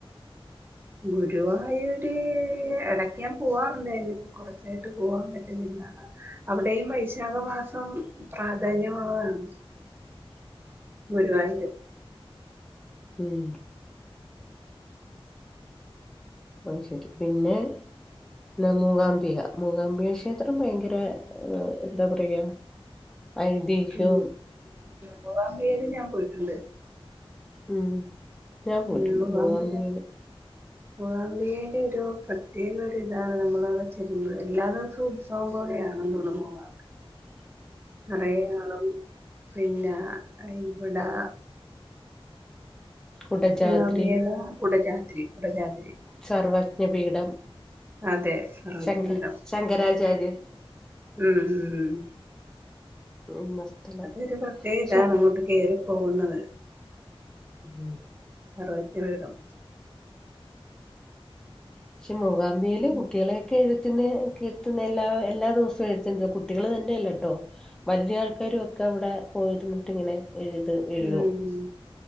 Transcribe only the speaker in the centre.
ഉ
ഉം അ ശരി പിന്നെ. പി മൂകാംബിയ മൂകാംബിക ക്ഷേത്രം ഭയങ്കര എന്താ പറയുക. ഐതിഹ്യവും
ഉം ഞാൻ പോയിട്ടുണ്ട്
മൂകാംബികയില്
ഉ
കുടജാദ്രി
സർവജ്ഞപീഠം
ശങ്കര ശങ്കരാചാര്യർ
എന്ന സ്ഥലം
പക്ഷെ
ഉം
ഉം
പക്ഷെ മൂകാംബിയില്
കുട്ടികളെയൊക്കെ എഴു കുന്നഇരുത്തുന്ന എല്ലാ എല്ലാ ദിവസവും എഴുത്തിനിര്ത്തും കുട്ടികൾ തന്നെയല്ല കേട്ടോ വലിയ ആൾക്കാരുംക്കെ അവിടെ പോയിരുന്നിട്ട് ഇങ്ങനെ എഴുത് എഴുതും